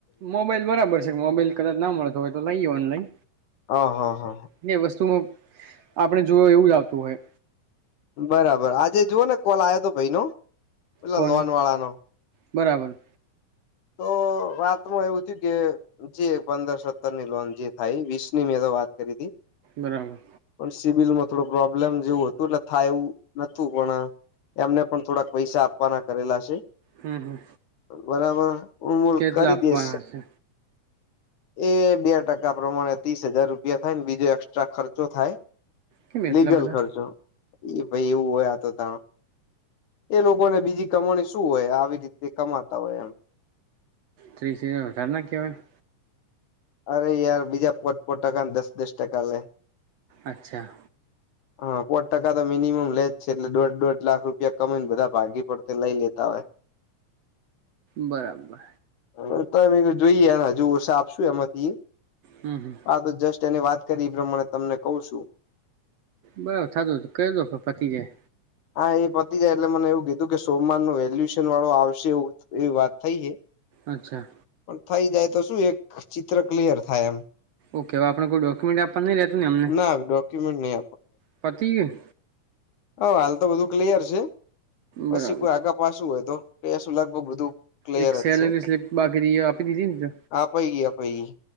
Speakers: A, on the right; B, on the left.
A: મોબાઈલ બરાબર છે. મોબાઈલ કદાચ ના મળતો હોય તો લઈએ ઓનલાઈન.
B: હ હા હા
A: ને વસ્તુઓ આપડે જોએ એવું જ આવતું હોય.
B: બરાબર. આજે જુઓ ને કોલ આવયો તો ભઈનો. પેલો
A: કોનું
B: લોન વાળાનો.
A: બરાબર.
B: તો વાત એમાં એવું થયું કે, જે પંદર-સત્તરની લોન જે થાય એ વીસની મેં તો વાત કરી તી.
A: બરાબર
B: પણ સિબિલમાં થોડું પ્રોબ્લેમ જેવું હતું એટલે થાય એવું નતું. પણ અ એમને પણ થોડાક પૈસા આપવાના કરેલા શે.
A: હમ, હમ.
B: બરાબર, ઉમૂલ
A: કેટલા
B: કરી
A: આપવાના
B: દેશે.
A: છે
B: એ બે ટકા પ્રમાણે ત્રીસ હજાર રૂપિયા થાયન, બીજો એકક્સ્ટ્રા ખર્ચો થાય.
A: કેમ એટલા
B: લીગલ
A: બધા
B: ખર્ચો. એ ભઈ એવું હોય આ તો તા એ લોકોને બીજી કમાણી શું હોય, આવી જ રીતે કમાતા હોય એમ.
A: થ્રી સીઆર વધાર ના કેવાય.
B: અરે યાર, બીજા પોટ-પોટ ટકાન દસ-દસ ટકા લે.
A: અચ્છા.
B: હન, પોટ ટકા તો મિનિમમ લે જ છે. એટલે દોઢ-દોઢ લાખ રૂપિયા કમાઈ ન બધા ભાગી પડતે લા. લઈ લેતા <inaudible>
A: બરાબર.
B: હન, તાય મે કૂ જોઈએને હજુ ઓસા આપશું એમાંથી.
A: હમ હમ
B: આ તો જસ્ટ તેને વાત કરી ઈ પ્રમાણે તમને કઉ શું.
A: બરાબર થાતું તું. કઈ દો કે પતિ જાય.
B: હા, એ પતી જાય એટલે મને એવું કીધું કે સોમવારનો વેલ્યુશન વાળો આવશે. એવું એવી વાત થઈ હે.
A: અચ્છા.
B: થઈ જાય તો શું, એક ચિત્ર ક્લિયર થાય એમ.
A: ઓકે, અવ આપડે કોઈ ડોક્યુમેન્ટ આપ્પાન નઈ રેતુ ન એમને.
B: ના ડોક્યુમેન્ટ નહી
A: પતી ગયું.
B: હવ, હાલ તો બધું ક્લિયર છે. પસી
A: બરાબર
B: કોઈ આગા પાસું હોય તો કેશું. લગભગ બધું ક્લિયર
A: એક સેલરી
B: જ છે
A: સ્લીપ બાકી રઈ એ આપી દીધી ન તે.
B: આપાઈ ગઈ આપાઈ ગઈ